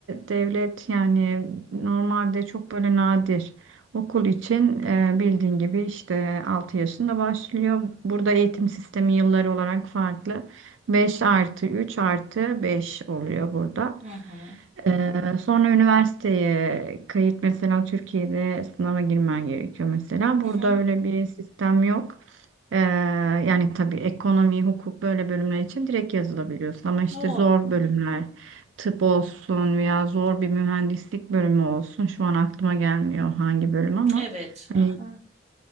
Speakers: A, on the right; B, on the right.
A: devlet yani normalde çok böyle nadir okul için e, bildiğin gibi işte 6 yaşında başlıyor burada eğitim sistemi yılları olarak farklı 5 artı 3 artı 5 oluyor burada.
B: Hı hı.
A: E, sonra üniversiteye kayıt mesela Türkiye'de sınava girmen gerekiyor mesela burada
B: Hı hı.
A: öyle bir sistem yok. Ee, yani tabii ekonomi, hukuk böyle bölümler için direkt yazılabiliyorsun. Ama işte
B: O
A: zor bölümler, tıp olsun veya zor bir mühendislik bölümü olsun. Şu an aklıma gelmiyor hangi bölüm ama
B: evet. Hı
A: hani
B: hı.